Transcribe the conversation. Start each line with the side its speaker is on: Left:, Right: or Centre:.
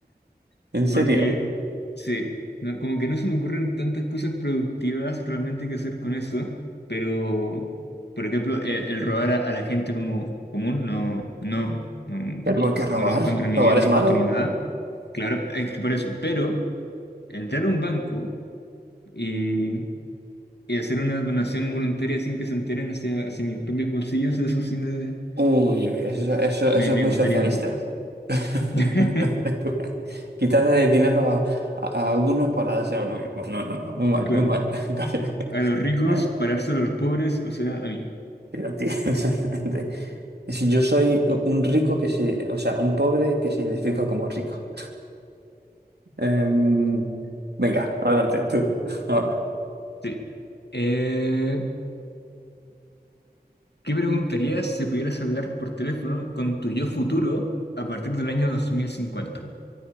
Right: ¿en serio?
Left: Porque, sí, no- como que no se me ocurren tantas cosas productivas realmente que hacer con eso, pero, por ejemplo, eh, el, robar a, a la gente como común, no, no, no,
Right: ¿Pero por qué robar?
Left: no lo encuentro ni
Right: ¿Robar
Left: bien,
Right: es
Left: ni
Right: malo?
Left: justo, ni nada. Claro, es que por eso, pero entrar a un banco y, y hacer una donación voluntaria sin que se enteren hacia, hacia mis propios bolsillos, eso sí me,
Right: Uy, eso, eso,
Left: me,
Right: eso
Left: me
Right: es muy
Left: gustaría
Right: socialista.
Left: un poco más.
Right: <laughs>
Left: <laughs>
Right: Quitarle el dinero a, a, a unos para darse a uno mismo. No, no, no, muy mal,
Left: Claro,
Right: muy mal. <laughs> Gabriel.
Left: a los ricos,
Right: Eh,
Left: parárselo a los pobres, o sea, a mí.
Right: Pero a ti, <laughs> exactamente. Es- Yo soy un rico que se, o sea, un pobre que se identifica como rico. Em, venga, adelante, tú, <laughs> ahora.
Left: Sí. Eh, ¿qué preguntarías si pudieras hablar por teléfono con tu yo futuro a partir del año 2050?